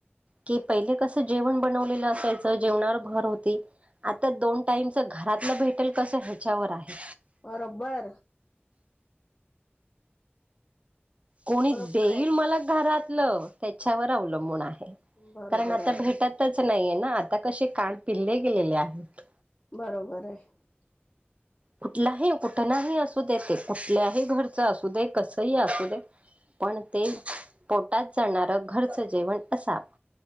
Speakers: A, on the right; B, on the left.
A: कि पहिले कसं जेवण बनवलेलं असायचं जेवणावर भर होती आता दोन टाईमच घरातलं भेटेल कसं ह्याच्यावर आहे
B: बरोबर
A: कोणी
B: बरोबर
A: देईल
B: आहे
A: मला घरातलं त्याच्यावर अवलंबून आहे
B: बरोबर
A: कारण आता
B: आहे
A: भेटतच नाहीये ना आता कसे कान पिल्ले गेलेले आहेत
B: बरोबर आहे <inaudible>
A: कुठलाही कुठ नाही असू दे ते कुठल्याही घरचं असू दे कसंही असू दे पण ते पोटात जाणारं घरचं जेवण असा